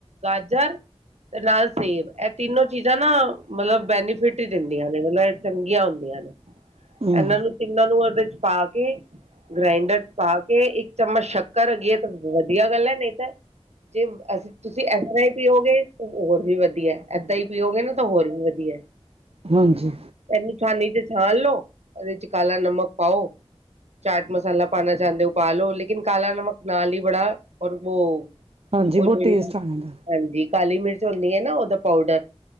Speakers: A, on the right; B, on the right.
A: ਗਾਜਰ ਤੇ ਨਾਲ ਸੇਬ ਐ ਤਿੰਨੋ ਚੀਜ਼ਾਂ ਨਾ, ਮਤਲਬ ਬੈਨੀਫਿਟ ਈ ਦਿੰਦੀਆਂ ਨੇ ਮਤਲਬ ਐ ਚੰਗੀਆਂ ਹੁੰਦੀਆਂ ਨੇ।
B: ਹਮ,
A: ਐਨਾਂ ਨੂੰ ਤਿੰਨਾਂ ਨੂੰ ਓਹਦੇ ਚ ਪਾ ਕੇ, ਗ੍ਰੈਂਡਰ ਚ ਪਾ ਕੇ ਇੱਕ ਚਮਚ ਸ਼ੱਕ <unintelligible> ਤਾਂ ਵਧੀਆ ਗੱਲ ਏ, ਨਈ ਤਾਂ ਜੇ ਮ ਅਸੀ ਤੁਸੀ ਐਸ ਤਰਾਂ ਈ ਪੀਓਗੇ, ਤੇ ਹੋਰ ਵੀ ਵਧੀਐ ਏਦਾਂ ਈ ਪੀਓਗੇ ਨਾ ਤਾਂ ਹੋਰ ਵੀ ਵਧੀਐ।
B: ਹਾਂਜੀ।
A: ਐਨੂੰ ਛਾਂਨੀ ਚ ਛਾਣ ਲੋ, ਓਦੇ ਚ ਕਾਲਾ ਨਮਕ ਪਾਓ ਚਾਟ ਮਸਾਲਾ ਪਾਨਾ ਚਾਂਦੇ ਓ ਪਾਲੋ, ਲੇਕੀਨ ਕਾਲਾ ਨਮਕ ਨਾਲ ਈ ਬੜਾ ਔਰ ਵੋ
B: ਹਾਂਜੀ
A: ਓ
B: ਬਹੁਤ
A: ਜੇੜੀ
B: ਟੇਸਟ
A: ਹਾਂਜੀ,
B: ਆ ਜਾਂਦਾ
A: ਕਾਲੀ ਮਿਰਚ ਹੋਂਦੀ ਏ ਨਾ ਓਦਾ ਪਾਊਡਰ।